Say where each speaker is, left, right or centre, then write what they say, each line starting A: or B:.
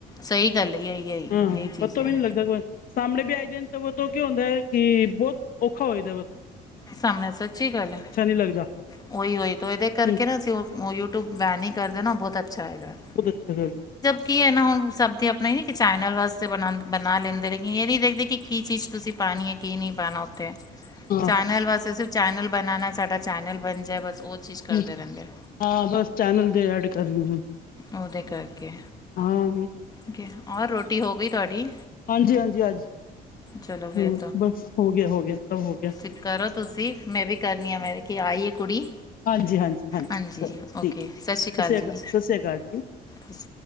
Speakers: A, on the left; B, on the left.
A: ਸਹੀ ਗੱਲ ਇਹੀ ਯਹੀ-ਯਹੀ
B: ਹਾਂ
A: ਚੀਜ਼
B: ਪਤਾ
A: ਐ।
B: ਵੀ ਨਹੀਂ ਲੱਗਦਾ ਸਾਹਮਣੇ ਵੀ ਆਈਦੇ ਤੇ ਉਸਤੋਂ ਕੀ ਹੁੰਦਾ ਐ ਕਿ ਬਹੁਤ ਔਖਾ ਹੋਏ ਦਾ ਵਾਂ।
A: ਸਾਹਮਣਿਆਂ ਸੱਚੀ ਗੱਲ ਐ।
B: ਲੱਗਦਾ
A: ਉਹੀ-ਉਹੀ ਤੋਂ ਇਹਦੇ ਕਰਕੇ
B: ਹੂੰ
A: ਨਾ ਅਸੀ ਯੂਟਿਊਬ ਬੈਨ ਹੀ ਕਰਦੇ ਨਾ ਬਹੁਤ ਅੱਛਾ ਐਏਗਾ।
B: ਬਹੁਤ ਅੱਛਾ।
A: ਕੀ ਐ ਨਾ ਹੁਣ ਸਭ, ਤੇ ਆਪਣੇ ਕਿ ਚੈਨਲ ਵਾਸਤੇ ਬਣਾ-ਬਣਾ ਲੈਂਦੇ ਲੇਕਿਨ ਇਹ ਨਹੀਂ ਦੇਖਦੇ ਕਿ ਕੀ ਚੀਜ਼ ਤੁਸੀਂ ਪਾਣੀ ਐ। ਕੀ ਨਹੀਂ ਨਹੀਂ ਪਾਣਾ ਉੱਥੇ।
B: ਹਾਂ
A: ਚੈਨਲ ਬਸ ਅਸੀਂ ਚੈਨਲ ਬਣਾਉਣਾ ਸਾਡਾ ਚੈਨਲ ਬਣ ਜਾਏ ਬਸ ਉਹ ਚੀਜ਼ ਕਰਦੇ
B: ਹਮ
A: ਰਹਿੰਦੇ
B: ਹਾਂ ਬਸ ਚੈਨਲ ਦੀ ਐੱਡ ਕਰਨੀ ਆ।
A: ਉਹਦੇ ਕਰਕੇ,
B: ਹਾਂ
A: ਓਕੇ ਔਰ ਰੋਟੀ ਹੋ ਗਈ ਤੁਹਾਡੀ
B: ਹਾਂਜੀ-ਹਾਂਜੀ, ਹਜੀ
A: ਚਲੋ ਫਿਰ
B: ਹਮ ਬਸ ਹੋ ਗਿਆ ਹੋ ਗਿਆ ਹੋ ਗਿਆ।
A: ਫ ਕਰੋ ਤੁਸੀਂ ਮੈਂ ਵੀ ਕਰਨੀ ਆ ਮੈਂ ਕਿ ਆਈ ਏ ਕੁੜੀ,
B: ਹਾਂਜੀ ਹਾਂਜੀ
A: ਹਾਂਜੀ
B: ਚਲੋ
A: ਓਕੇ,
B: ਠੀਕ ਹੈ
A: ਸ਼ਸ੍ਰੀ
B: ਸਤਿ
A: ਅਕਾਲ
B: ਸ਼੍ਰੀ
A: ਜੀ।
B: ਸਤਿ ਸ਼੍ਰੀ ਅਕਾਲ ਜੀ
A: ਤੁਸੀਂ